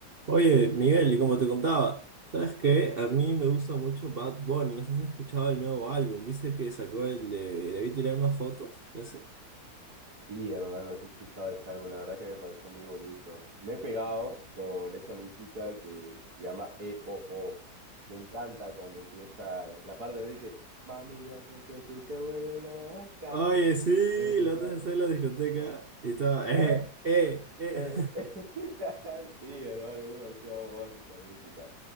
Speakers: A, on the right; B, on the right.
A: Oye, Miguel, y como te contaba, ¿sabes qué? A mí me gusta mucho Bad Bunny. No sé si has escuchado el nuevo álbum. ¿Viste que sacó el de Debí tirar más fotos? ¿Ese?
B: Sí, hermano, sí he escuchado ese álbum, la verdad que me pareció muy bonito. Me he pegado con esa música que se llama E O O. Me encanta cuando empieza la parte donde dice, Mami, yo sé que tú te vuelves loca.
A: Oye, sí,
B: ¿Lo has escuchado?
A: la otra vez estaba en la discoteca y estaba,
B: ¿Ya?
A: eh, eh, eh.
B: Eh, <laughs> Sí, hermano, es demasiado voz esa música.